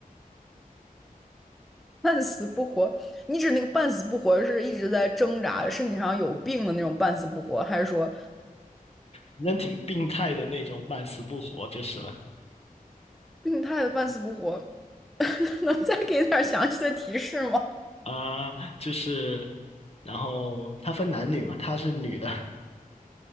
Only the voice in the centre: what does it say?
半死不活。你指那个半死不活是一直在挣扎，身体上有病的那种半死不活，还是说？
病态的半死不活，<laughs> 能再给点儿详细的提示吗？